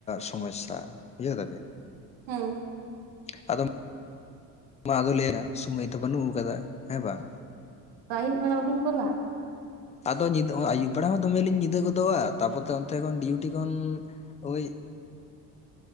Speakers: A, on the left (about 20°); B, on the right (about 75°).
A: ᱥᱚᱢᱚᱥᱥᱟ ᱵᱩᱡᱷᱟᱹᱣ ᱫᱟᱵᱤᱱ ᱾
B: ᱦᱮᱸ᱾
A: ᱟᱫᱚ ᱢᱟ ᱟᱫᱚ ᱞᱟᱹᱭᱟ ᱥᱚᱢᱚᱭ ᱛᱚ ᱵᱟᱹᱱᱩᱜ ᱟᱠᱟᱫᱟ ᱦᱮᱸ ᱵᱟᱝ
B: ᱛᱚ ᱟᱹᱭᱩᱵ ᱵᱮᱲᱟ ᱵᱟᱵᱮᱱ ᱠᱚᱞᱟ?
A: ᱟᱫᱚ ᱧᱤᱫᱟᱹ ᱟᱹᱭᱩᱵ ᱵᱮᱲᱟ ᱦᱚᱸ ᱫᱚᱢᱮ ᱞᱤᱧ ᱧᱤᱫᱟᱹ ᱜᱚᱫᱚᱜᱼᱟ ᱛᱟᱯᱚᱨ ᱛᱮ ᱚᱱᱛᱮ ᱠᱷᱚᱱ ᱰᱤᱭᱩᱴᱤ ᱠᱷᱚᱱ ᱦᱳᱭ